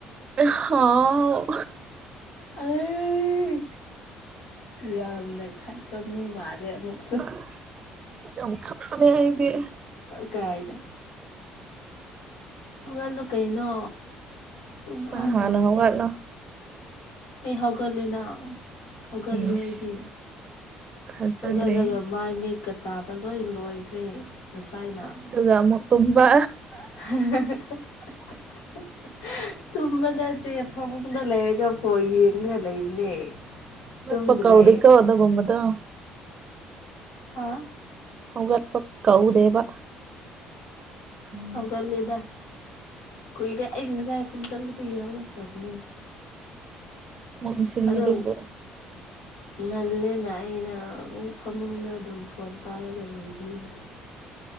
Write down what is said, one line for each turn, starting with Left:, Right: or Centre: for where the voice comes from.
Right: ꯍꯥꯎ
Left: ꯑꯩ ꯌꯥꯝꯅ ꯈꯠꯄ ꯃꯤ ꯃꯥꯜꯂꯦ ꯑꯃꯨꯛ
Right: ꯑꯥ ꯌꯥꯝ ꯈꯠꯄꯅꯦ ꯑꯩꯗꯤ
Left: ꯀꯥꯏꯗ ꯍꯧꯒꯠꯂꯣ ꯀꯩꯅꯣ ꯄꯨꯡ
Right: ꯅꯪ
Left: ꯑꯥ
Right: ꯍꯥꯟꯅ
Left: ꯇꯥꯈ꯭ꯔꯦ
Right: ꯍꯧꯒꯠꯂꯣ
Left: ꯑꯩ ꯍꯧꯒꯠꯂꯦꯅꯥ ꯍꯧꯒꯠꯂꯦ
Right: ꯏꯁ
Left: ꯑꯩꯗꯤ
Right: ꯊꯥꯖꯗ꯭ꯔꯦ
Left: ꯍꯧꯒꯠꯂꯒ ꯃꯥꯏ ꯃꯤꯠꯀ ꯇꯥꯕ ꯂꯣꯏ ꯂꯣꯏꯈ꯭ꯔꯦ ꯉꯁꯥꯏꯅ
Right: ꯑꯗꯨꯒ ꯑꯃꯨꯛ ꯇꯨꯝꯕ
Left: <unintelligible> ꯇꯨꯝꯕ ꯅꯠꯇꯦ ꯐꯃꯨꯡꯗ ꯂꯩꯔꯒ ꯐꯣꯟ ꯌꯦꯡꯉꯒ ꯂꯩꯕꯅꯦ
Right: ꯍꯧꯒꯠꯄ
Left: ꯇꯨꯝꯗ꯭ꯔꯦ
Right: ꯀꯧꯗꯦꯀꯣ ꯑꯗꯨꯒꯨꯝꯕꯗꯣ
Left: ꯍꯥꯥ
Right: ꯍꯧꯒꯠꯄ ꯀꯧꯗꯦꯕ
Left: ꯍꯧꯒꯠꯂꯦꯗ ꯀꯨꯏꯔꯦ ꯑꯩ ꯉꯁꯥꯏ ꯄꯨꯡ ꯇꯔꯨꯛꯇꯒꯤ ꯍꯧꯒꯠꯈ꯭ꯔꯕꯅꯦ
Right: ꯃꯣꯝ ꯁꯤꯟꯕꯗꯨꯕꯨ
Left: ꯑꯗꯣ ꯉꯜꯂꯦꯅ ꯑꯩꯅ ꯑꯃꯨꯛ ꯐꯃꯨꯡꯗ ꯑꯗꯨꯝ ꯐꯣꯟ ꯄꯥꯏꯔꯒ ꯂꯩꯕꯅꯤꯅ